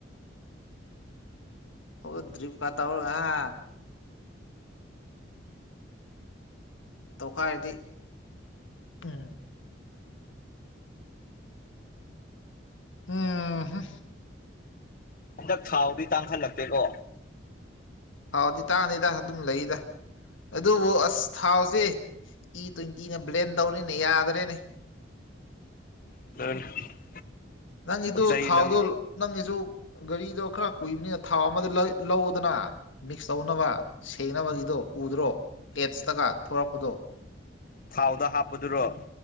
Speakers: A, on the left; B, on the left.
A: ꯑꯣ ꯗ꯭ꯔꯤꯞ ꯀꯥꯊ ꯍꯥ ꯇꯧꯈꯥꯏꯔꯗꯤ ꯎꯝ ꯑꯥ ꯍꯥ
B: ꯍꯟꯗꯛ ꯊꯥꯎꯗꯤ ꯇꯥꯡꯈꯜꯂꯛꯇꯦꯀꯣ
A: ꯍꯥꯎꯗꯤ ꯇꯥꯅꯤꯗ ꯑꯗꯨꯝ ꯂꯩꯗ ꯑꯗꯨꯕꯨ ꯑꯁ ꯊꯥꯎꯁꯦ ꯏ ꯇ꯭ꯋꯦꯟꯇꯤꯅ ꯕ꯭ꯂꯦꯟ ꯇꯧꯔꯦꯅꯦ ꯌꯥꯗꯔꯦꯅꯦ
B: <unintelligible>
A: ꯅꯪꯒꯤꯗꯨ
B: ꯄꯣꯠ ꯆꯩ
A: ꯊꯥꯎꯗꯣ
B: ꯂꯝ
A: ꯅꯪꯒꯤꯁꯨ ꯒꯥꯔꯤꯗꯣ ꯈꯔ ꯀꯨꯏꯕꯅꯤꯅ ꯊꯥꯎ ꯑꯃꯗ ꯂꯩ ꯂꯧꯗꯅ ꯃꯤꯛꯁ ꯇꯧꯅꯕ ꯁꯅꯕꯒꯤꯗꯣ ꯎꯗ꯭ꯔꯣ ꯄꯦꯠꯁꯇꯒ ꯊꯣꯔꯛꯄꯗꯣ
B: ꯊꯥꯎꯗ ꯍꯥꯞꯄꯗꯨꯔꯣ